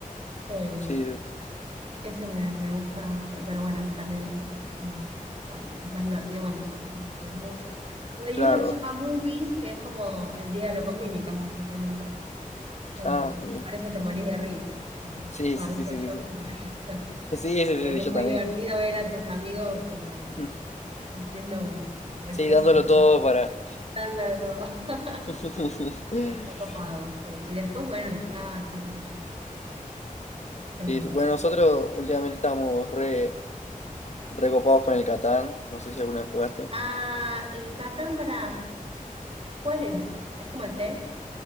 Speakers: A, on the right; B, on the left.
A: Eh,
B: sí, sí,
A: ese me, me gusta bastante, pero bueno, es- también es así como de- cuan- es más divertido cuando son mu- somos muchos. O hay
B: claro.
A: uno que se
B: bueno.
A: llama Movies, que es como el diálogo con mímicas, básicamente. Eh,
B: Ah,
A: bueno,
B: bien.
A: con eso te morís de risa, la verdad.
B: Sí,
A: Va,
B: sí,
A: no
B: sí,
A: sé,
B: sí,
A: yo
B: sí. sí.
A: me muero de risa,
B: <laughs> Sí,
A: <laughs>
B: sí,
A: porque
B: sí, sí,
A: es
B: yo
A: muy
B: también.
A: divertido ver a tus amigos como
B: <laughs>
A: haciendo orquesta,
B: Sí, dándolo todo para.
A: dándolo todo. <laughs>
B: <laughs>
A: Está copado, sí. Y después, bueno, las cartas, qué sé yo. Pero.
B: Sí, sí. Bueno, nosotros últimamente estábamos re, recopados con el Catán. No sé si alguna vez jugaste.
A: Ah, el Catán para. ¿Cuál es? ¿Es como el Tej?